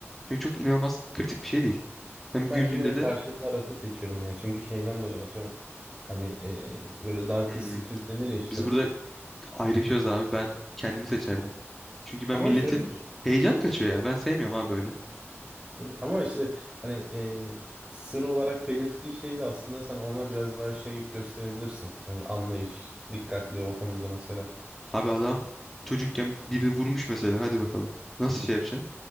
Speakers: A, in the centre; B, on the right (about 15°).
A: Çünkü çok inanılmaz kritik bir şey değil. Hem güldüğünde
B: Ben yine
A: de
B: karşı tarafı seçiyorum ya. Çünkü şeyden dolayı atıyorum. Hani e, böyle Darkest
A: "Hmm,
B: Secret denir ya işte.
A: biz burada ayrışıyoruz abi ben kendimi seçerdim. Çünkü ben
B: Ama
A: milletin
B: şöyle düşün.
A: heyecanı kaçıyor ya. Ben sevmiyorum abi böyle.
B: Yani Ama işte hani e, sır olarak belirttiği şeyi de aslında sen ona biraz daha şey gösterebilirsin. Hani anlayış, dikkatli o konuda mesela.
A: Abi adam çocukken birini vurmuş mesela hadi bakalım. Nasıl şey yapacaksın?